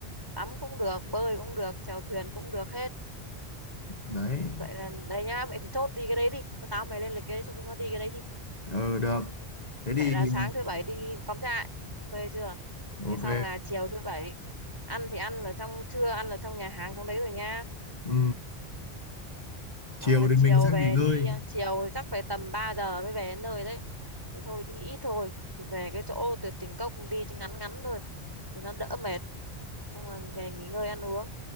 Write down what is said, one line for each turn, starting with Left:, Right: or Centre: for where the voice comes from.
Right: tắm cũng được bơi cũng được chèo thuyền cũng được hết
Left: đấy
Right: vậy là đây nhá vậy thì chốt đi cái đấy đi Thôi tao mày lên lịch cái đấy cho chúng nó đi cái đấy đi
Left: ờ được thế
Right: vậy
Left: thì
Right: là sáng thứ bảy đi cắm trại ok chưa
Left: ok
Right: thế xong là chiều thứ bảy ăn thì ăn ở trong trưa ăn ở trong nhà hàng trong đấy rồi nha
Left: ừ. chiều
Right: xong rồi
Left: thì
Right: chiều
Left: mình sẽ
Right: về
Left: nghỉ ngơi
Right: đi chiều thì chắc phải tầm 3 giờ mới về đến nơi đấy thì thôi đi ít thôi thì về cái chỗ tuyệt tình cốc đi cho ngắn ngắn thôi thì nó đỡ mệt xong rồi về nghỉ ngơi ăn uống